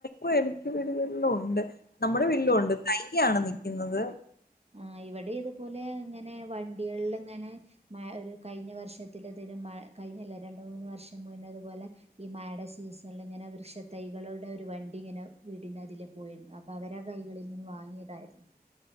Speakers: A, on the left; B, on the right.
A: ഓ മിക്ക വീടുകളില ഉണ്ട് നമ്മുടെ വീട്ടും
B: ഉം
A: ഉണ്ട് തയ്യാണ് നിൽക്കുന്നത്
B: ആഹ് ഇവിടെ ഇതുപോലെ ഇങ്ങനെ വണ്ടികളിൽ ഇങ്ങനെ മഴ ഒരു കഴിഞ്ഞ വർഷത്തിലതി മ കഴിഞ്ഞല്ല രണ്ട് മൂന്ന് വർഷം മുന്നേ ഇതുപോലെ ഈ മഴയുടെ സീസണിലിങ്ങനെ വൃക്ഷത്തൈകളുടെ ഒരു വണ്ടി ഇങ്ങനെ വീടിന്റെ അതിലേ പോയിരുന്നു. അപ് അപ്പ അവര കൈകളിൽ നിന്ന് വാങ്ങിയതായിരുന്നു.